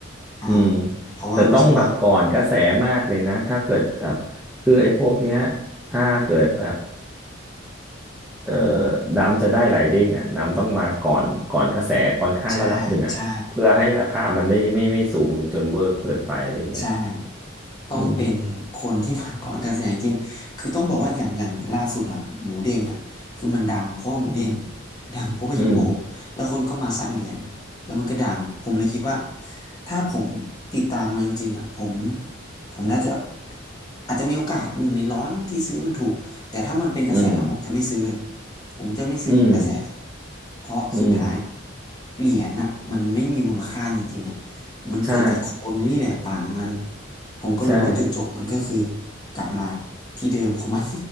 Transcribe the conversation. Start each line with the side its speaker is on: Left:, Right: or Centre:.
Left: อ่า
Centre: อืม
Left: เพราะว่ารู้สึกว่า
Centre: แต่ต้องแบบก่อนกระแสมากเลยนะถ้าเกิดแบบคือไอ้พวกเนี้ยถ้าเกิดแบบเอ่อดำจะได้หลายเด้งอ่ะดำต้องมาก่อนก่อนกระแสค่อนข้างระดับหนึ่งอ่ะเพื่อให้ราคามันไม่ไม่ไม่สูงจนเวอร์เกินไปอะไรเงี้ย
Left: ใช่ใช่ใช่ ต้องเป็นคนที่มาก่อนการแสดงจริง
Centre: อืม
Left: <laughs> คือต้องบอกว่าอย่างอย่างล่าสุดอะหมูเด้งอะคือมันดังเพราะว่าหมูเด้ง
Centre: อืม
Left: <laughs> ดังเพราะว่าฮิปโป
Centre: อืม
Left: แล้วคนก็มาสร้างเหรียญแล้วมันก็ดังผมเลยคิดว่าถ้าผมติดตามมันจริงๆอะผมผมน่าจะอาจจะมีโอกาสหนึ่งในร้อยบางที่ซื้อมันถูกแต่ถ้ามันเป็นกระแสแล้วผมจะไม่ซื้อเลย
Centre: อืม
Left: ผมจะไม่ซื้อเหรียญกระแสเลย
Centre: อืม
Left: เพราะสุดท้าย
Centre: อืมอืม
Left: เหรียญอะมันไม่มีมูลค่าจริงๆอะมันเกิดจากคนนี่แหละปั่นมัน
Centre: ใช่
Left: ผมก็รู้ว่าจุดจบมันก็คือ
Centre: ใช่
Left: กลับมาที่เดิมของมัน